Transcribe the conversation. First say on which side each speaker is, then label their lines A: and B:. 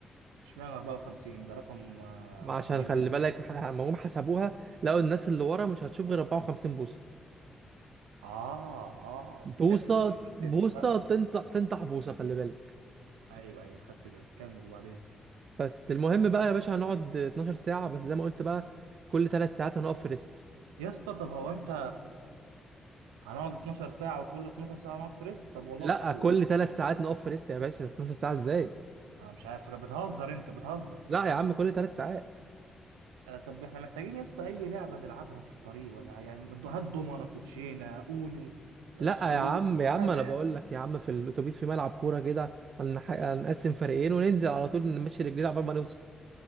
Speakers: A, on the right; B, on the right.
A: اشمعنى 54 ده رقم آه،
B: ما عشان
A: غريب
B: خلي
A: جدا
B: بالك ح- ما هم حسبوها لقوا الناس اللي ورا مش هتشوف غير 54 بوصة
A: اه اه
B: بوصة
A: دي التاكتكس والفاكتكس
B: بوصة
A: بقى
B: تنصح تنطح بوصة خلي بالك
A: ايوه ايوه خدت بالي كمل وبعدين
B: بس المهم بقى يا باشا هنقعد 12 ساعة بس زي ما قلت بقى كل ثلاث ساعات هنقف في ريست
A: يا اسطى طب هو انت هنقعد 12 ساعة وكل 12 ساعة نقعد في ريست طب والله
B: لا
A: اسطوري
B: كل ثلاث ساعات نقف في ريست يا باشا 12 ساعة ازاي
A: انا مش عارف بتهزر انت بتهزر
B: لا يا عم كل ثلاث ساعات
A: آه طب احنا محتاجين يا اسطى اي لعبة نلعبها في الطريق ولا يعني هات دومنة كوتشينة اونو آه،
B: لا
A: سكرو
B: يا عم
A: اي
B: يا عم
A: حاجة
B: انا بقول لك يا عم في الاتوبيس في ملعب كورة كده هن- هنقسم فريقين وننزل على طول نمشي رجلينا عبال ما نوصل